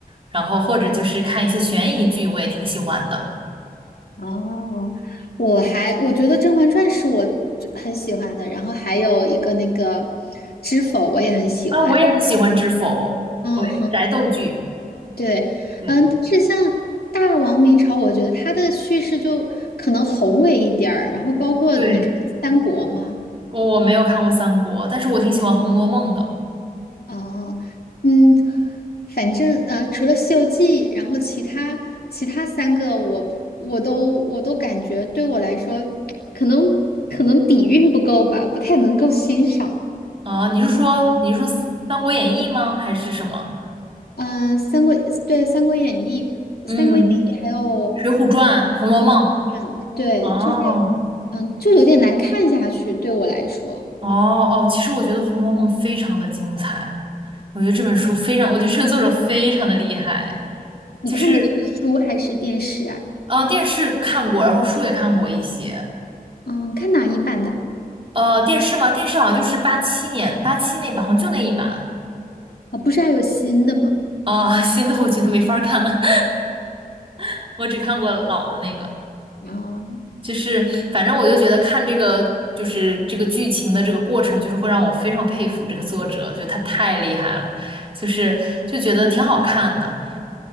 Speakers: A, on the right; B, on the left.
A: 然后或者就是看一些悬疑剧，我也挺喜欢的。
B: 哦，我还我觉得《甄嬛传》是我最很喜欢的，然后还有一个那个《知否》我也很喜欢。
A: 啊，我也很喜欢《知否》，
B: 嗯，
A: 对，宅斗剧，
B: 对，
A: 对
B: 嗯，但是像《大王明朝》，我觉得它的叙事就可能宏伟一点儿，然后包括你看三国嘛，
A: 对。我我没有看过三国，但是我挺喜欢《红楼梦》的
B: 哦，嗯，反正呃，除了《西游记》，然后其他其他三个我，我都我都感觉对我来说，可能可能底蕴不够吧，不太能够欣赏。
A: 啊。你是说你是说三《三国演义》吗？还是什么？
B: 嗯，呃三国对《三国演义》《三国演义》还有
A: 嗯，《水浒传》《红楼梦》。
B: 《嗯，对，
A: 哦
B: 就是嗯，就有点难看下去，对我来说。
A: 哦哦，其实我觉得《红楼梦》非常的精彩，我觉得这本书非常，我觉得这个作者非常的厉害。
B: 你看的是书还是电视啊？
A: 就是呃，电视看过，然后书也看过一些。
B: 嗯，看哪一版的？
A: 呃，电视嘛，电视好像就是八七年八七那版，好像就那一版。
B: 啊，不是还有新的吗？
A: 啊、新的我觉得没法儿看，<laughs> 我只看过老的那个。
B: 啊。
A: 就是反正我就觉得看这个就是这个剧情的这个过程，就是会让我非常佩服这个作者，觉得他太厉害了，就是就觉得挺好看的。